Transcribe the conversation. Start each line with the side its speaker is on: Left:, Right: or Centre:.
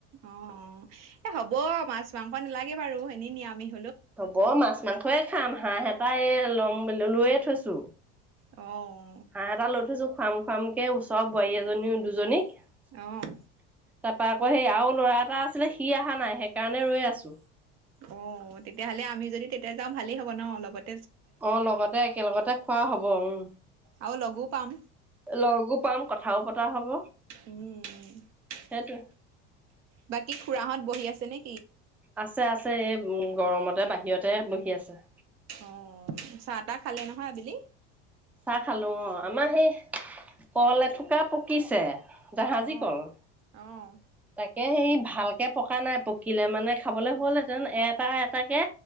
Right: অ অ - এ হ'ব মাছ মাংস নালাগে বাৰু এনে নিৰামিষ।
Centre: হব মাছ মাংসয়ে খাম হাঁহ এটায়ে- ল'ম লৈয়ে থৈছো।
Right: অ'
Centre: হাঁহ এটা লৈ থৈছো খুৱাম খুৱাম কে ওচৰ বোৱাৰী এজনীও- দুজনীক-
Right: অ'
Centre: <inaudible> তাৰপা ক হে আও - লৰা এটা আছিলে, সি অহা নাই সেইকাৰণে ৰৈ আছো।
Right: অ, তেতিয়াহ'লে আমি যদি তেতিয়া যাম। ভালেই হ'ব ন লগত।
Centre: অ লগতে একেলগতে খোৱা হব উম,
Right: আৰু লগো পাম
Centre: আৰু লগো পাম, লগো পাম কথ- থাও পতা হ'ব।
Right: <unintelligible>
Centre: সেটোৱে।
Right: বাকী খুড়াহত বহি আছে নে?
Centre: আছে আছে এ- উম, গৰমতে বাহিৰতে বহি আছে।
Right: অ, চাহ তাহ খালে নহয় আবেলি?
Centre: চাহ খালো অ, আমাৰ সেই- কল এথোকা পকিছে। জাহাজী
Right: অ',
Centre: কল।
Right: অ',
Centre: তাকে সেই ভালকে পকা নাই, পকিলে মানে খাবলে হ'লহেঁতেন, এটা এটাকে